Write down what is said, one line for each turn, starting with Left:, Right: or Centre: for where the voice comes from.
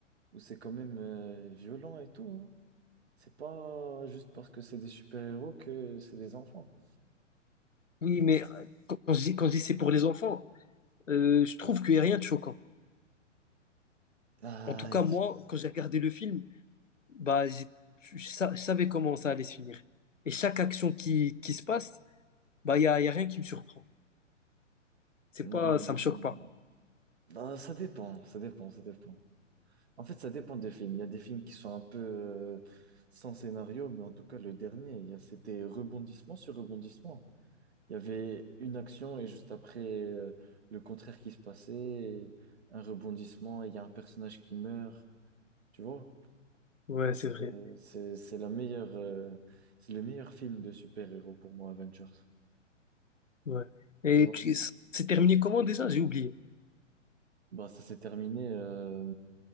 Right: où c'est quand même euh, violent et tout, hein. C'est pas juste parce que c'est des super-héros que c'est des enfants.
Left: Oui,
Right: Enfin,
Left: mais
Right: c'est-
Left: euh, quand quand je dis, quand je dis c'est pour les enfants, euh, je trouve qu'il n'y a rien de choquant.
Right: ah,
Left: En tout cas,
Right: il-
Left: moi, quand j'ai regardé le film, bah, j'ai- je, sa- je savais comment ça allait se finir. Et chaque action qui, qui se passe, bah, il y a, il y a rien qui me surprend. C'est
Right: Hmm,
Left: pas, ça me choque pas.
Right: ah, ça dépend, ça dépend, ça dépend. En fait, ça dépend des films. Il y a des films qui sont un peu euh, sans scénario, mais en tout cas, le dernier, il y a- c'était rebondissement sur rebondissement. Il y avait une action et juste après, euh, le contraire qui se passait, et un rebondissement, et il y a un personnage qui meurt. Tu vois?
Left: Ouais,
Right: Pour moi,
Left: c'est vrai.
Right: c'est c'est- c'est la meilleure, euh, c'est le meilleur film de super-héros pour moi, Avengers.
Left: Ouais. Et
Right: Tu vois?
Left: tu- c'est terminé comment déjà? J'ai oublié.
Right: Bah, ça s'est terminé. euh,